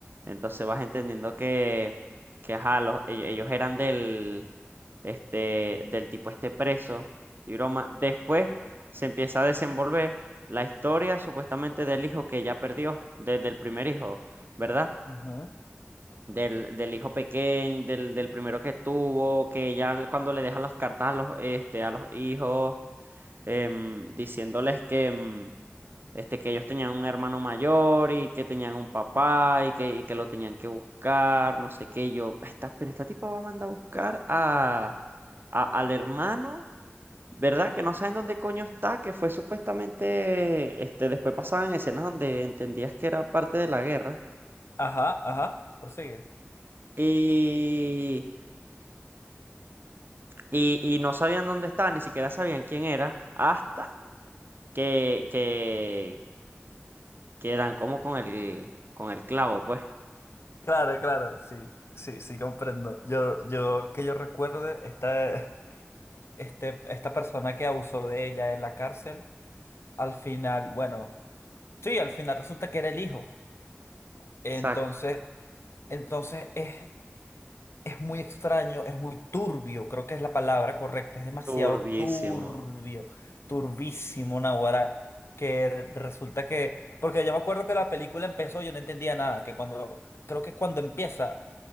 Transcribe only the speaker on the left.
Ujú.
Ajá, ajá, prosigue.
Claro, claro, sí, sí, sí, comprendo. Yo, yo, que yo recuerde, esta, este, esta persona que abusó de ella en la cárcel, al final, bueno, sí, al final resulta que era el hijo. Entonces,
entonces es, es muy extraño, es muy turbio, creo que es la palabra correcta, es demasiado
turbio, turbísimo, Naguará, que resulta que, porque yo me acuerdo que la película empezó, yo no entendía nada, que cuando, creo que cuando empieza